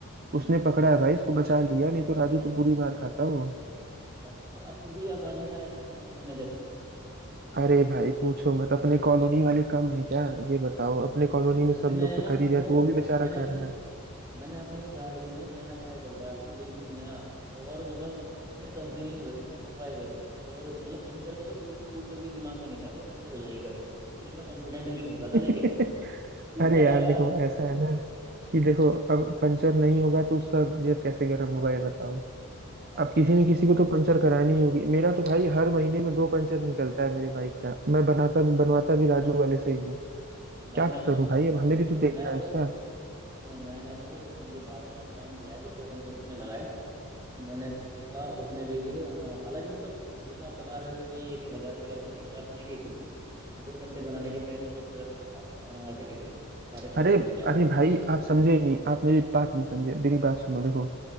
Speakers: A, on the right; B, on the right.
A: हाँ
B: उसने पकड़ा है भाई इसको बचा लिया नहीं तो राजू तो बुरी मार खाता वो
A: अच्छा और फिर भी यार बाज नहीं आ रहा ऐसे ऐसे काम करने से
B: अरे भाई पूछो मत अपने कॉलोनी वाले कम है क्या ये बताओ अपने कॉलोनी में
A: भाई
B: सब
A: मैंने
B: लोग तो
A: ना
B: कर
A: सुनो
B: ही रहे हैं, तो वो भी बेचारा
A: मैंने अपनी
B: कर रहा
A: मैंने अपनी गाड़ी में नया टायर डलवाया था बिल्कुल नया और मतलब कितने दस दिन ही हुए थे शायद डलवाए हुए और मतलब पंचर का तो दूर से दूर तक भी दिमाग में नहीं था कि ये पंचर हो जाएगी गाड़ी इसलिए मैं कॉन्फिडेंटली निकला था लेके
B: है <laughs>
A: <laughs> वाह
B: अरे यार
A: यार
B: देखो ऐसा है ना कि देखो अब पंचर नहीं होगा तो उसका जेब कैसे गर्म होगा ये बताओ
A: अरे
B: अब किसी न किसी को तो पंचर करानी होगी मेरा तो भाई हर महीने में दो पंचर निकलता है मेरे बाइक का मैं बनाता भी बनवाता भी राजू वाले से ही हूँ
A: भाई
B: क्या
A: मैंने
B: करूं
A: तो अब जब
B: भाई अब हमें भी तो देखना
A: मैं
B: है
A: तो
B: उसका
A: सुनो मैंने तो उस दिन के बाद में एक काम किया है जब दो पंचर उसने लगाए मैंने देखा उसने ले लिए अ, हालांकि मतलब जैसा आप बता रहे हो कि भाई एक एक हजार रुपये ले लेता है एक हजार तो नहीं लिए थे उसने दो पेंसिल बनाने के मेरे से तो उसने वैसे तो सात अ, ऐसे लिए थे साढ़े छः
B: अरे
A: सौ रुपये के आसपास
B: अरे भाई आप समझे ही नहीं
A: हम्म,
B: आप मेरी बात नहीं समझे मेरी बात सुनो
A: हम्म।
B: देखो